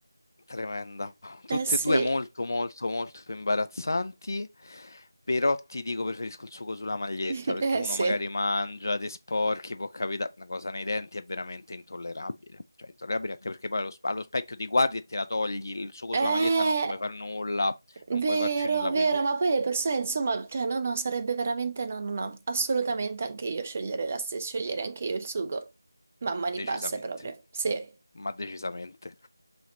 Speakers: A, on the left; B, on the right.
A: Tremenda. Tutte
B: Eh sì,
A: e due molto, molto, molto imbarazzanti, però ti dico preferisco il sugo sulla maglietta
B: <laughs>
A: perché
B: eh
A: uno
B: sì.
A: magari mangia, ti sporchi, può capitare una cosa nei denti è veramente intollerabile. Cioè, intollerabile anche perché poi allo, sp- allo specchio ti guardi e te la togli, il sugo
B: Eh...
A: sulla maglietta non ci puoi fare nulla,
B: Vero,
A: non puoi farci nulla, quindi
B: vero, ma poi le persone, insomma, cioè no, no, sarebbe veramente no, no, no, assolutamente anche io scegliere la stessa, scegliere anche io il sugo. Mamma
A: decisamente,
B: di basse proprio, sì.
A: ma decisamente.